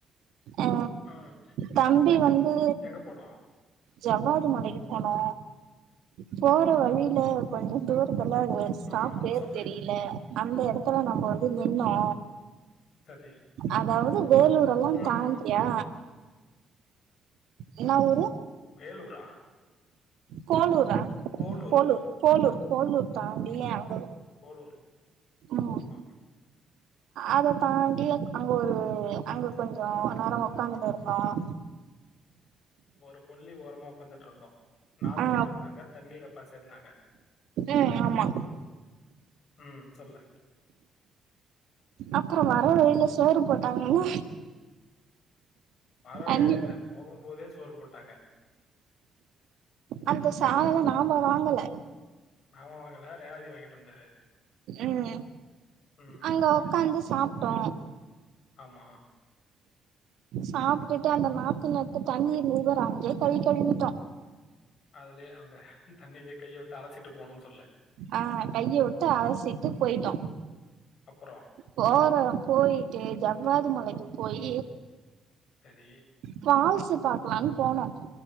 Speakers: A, on the right; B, on the left.
A: அ
B: ம்
A: தம்பி வந்து
B: எங்க போனோம்
A: ஜவ்வாது மலைக்கு போனோ போற வழியில கொஞ்ச தூரத்துல்ல அது ஒரு ஸ்டாப்
B: ம்
A: பேரு
B: சொல்லு
A: தெரியல அந்த எடத்துல நம்ம வந்து நின்னே
B: சரி
A: அதாவது வேலூர் எல்லா
B: ம்
A: தாண்டியா என்ன ஊரு
B: வேலூரா
A: கோலூரா
B: போலூர்
A: கோலூர் கோலூர் கோலூர் தாண்டி அங்க
B: கோலூர்
A: ம்
B: ஆமா
A: அத தாண்டி அங்க ஒரு அங்க கொஞ்சோ நேரோ உக்காந்துட்டு இருந்தோ <inaudible>
B: ஒரு கொல்லி ஓரமா உக்காந்துட்டு இருந்தோ நாத்து
A: ஆ
B: நட்டு இருந்தாங்க தண்ணிப்பாச்சி இருந்தாங்க
A: ம் ஆமா
B: ம் சொல்லு
A: அப்புற வர வழில சோறு போட்டாங்கல்ல
B: வர வழில
A: அண்ணி
B: இல்ல போகும் போதே சோறு போட்டாங்க
A: அந்த சாதம் நாம வாங்கல
B: நாம வாங்கல ரேவதி வாங்கிட்டு வந்தது
A: உம்
B: ம்.
A: அங்க உக்காந்து சாப்பிட்டோ
B: ஆமா
A: சாப்பிட்டுட்டு அந்த மாப்ப நட்டு தண்ணீர் நவுறாங்கே கை கழுந்துட்டோ
B: அதுலயே அந்த தண்ணிலயே கையை விட்டு அலச்சிட்டு போணுனு சொல்லு
A: ஆ கைய விட்டு அலசிட்டு போயிட்டோ
B: அப்புறம்,
A: போற போயிட்டு ஜவ்வாது மலைக்கு போய்
B: சரி
A: பால்ஸு பாக்கலானு போனோ